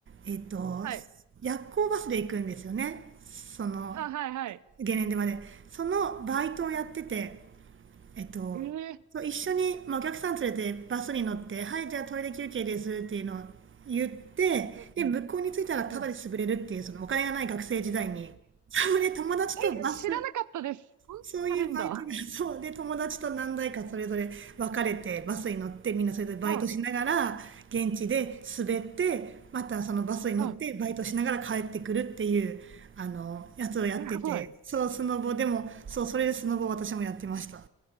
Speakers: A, on the right; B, on the right.
A: えっと、
B: はい。
A: 夜行バスで行くんですよね。その、
B: はい、はい、はい。
A: ゲレンデまで。そのバイトをやってて、えっと、
B: へえ、
A: そう一緒に、まあ、お客さん連れてバスに乗って「はいじゃあトイレ休憩です」っていうのを言ってで向こうに着いたらただで潰れるっていうそのお金がない学生時代にそうで友達とバス
B: うん、うん、うん。え知らなかったです。そんなのあるんだ。
A: そういうバイトがそうで友達と何台かそれぞれ別れてバスに乗ってみんなそれぞれバイトしながら現地で滑ってまたそのバスに乗ってバイトしながら帰ってくるっていうあのやつをやっててそうスノボでもそうそれでスノボ私もやってました。
B: はい、はい。すごい。へ